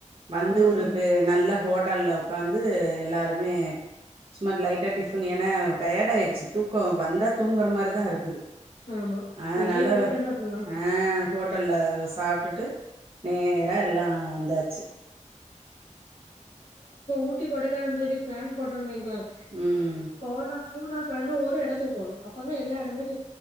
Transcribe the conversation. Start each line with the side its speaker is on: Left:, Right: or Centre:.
Right: வந்து
Left: ம்
Right: ஒரு
Left: ம்
Right: பே நல்ல ஹோட்டல்ல உட்காந்து எல்லாருமே சுமா லைட்டா டிபன் ஏன்னா டயடா ஆயிடுச்சு தூக்கோ வந்தா தூங்குற மாரி தா இருக்குது
Left: ஆமா
Right: அதனால
Left: எங்கயு போயிட்டு வந்தா அப்டிதா
Right: ஆஹ கோட் ட்டல்ல சாப் வுட்டுட்டு நேரா எல்லா வந்தாச்சு
Left: ஊட்டி கொடை கார சொரி பிளான் போடுறே வங்கிள
Right: ம்
Left: போன மூணு நாள் பண்ணு ஒரு எடத்துக்குபோணு அப்பதா எல்லா இடமே சு